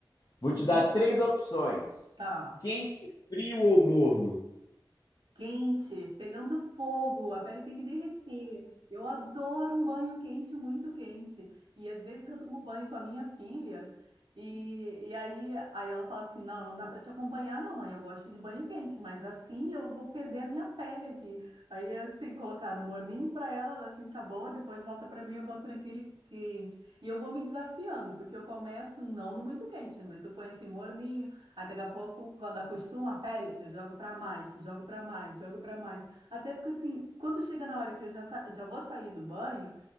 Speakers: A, on the left; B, on the right.
A: Vou
B: hum,
A: te dar três opções:
B: tá.
A: quente, frio ou morno?
B: Quente, pegando fogo, a pele tem que derreter. Eu adoro um banho quente, muito quente. E às vezes eu tomo banho com a minha filha e, e aí, aí ela fala assim: Não, não dá para te acompanhar, não, mãe. Eu gosto de banho quente, mas assim eu vou perder a minha pele aqui. Aí eu tenho que colocar no morninho para ela, ela se ensaboa, depois volta para mim, eu boto naquele quente. E eu vou me desafiando, porque eu começo não no muito quente, mas eu ponho assim morninho. Aí daqui a pouco, quando acostuma a pele, eu jogo pra mais, jogo pra mais, jogo pra mais. Até fica assim, quando chega na hora que eu já, tá- já vou sair do banho,